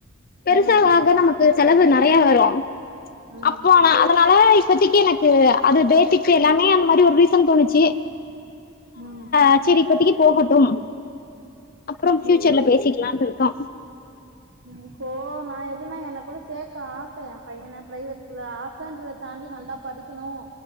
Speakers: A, on the left; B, on the right.
A: பெருசா
B: ம்
A: ஆக ஆக நமக்கு செலவு நெறைய வரு
B: ம்
A: அப்போ அவ அதனால இப்பத்திக்கி எனக்கு அது பேசிக்ஸ் எல்லாமே அந்த மாரி ஒரு ரீசன் தோணுச்சி
B: ம்
A: அ செரி இப்பத்திக்கி போகட்டும் அப்பறம் ஃபியூச்சர்ல
B: ம்
A: பேசிக்கலான்ட்டு இருக்கோ
B: இப்போ நா எப்டினா எல்லார்கூட சேக்க ஆச எ பையன பிரைவேட் ஸ்கூல்ல ஆசன்றத தாண்டி நல்லா படிக்கணும்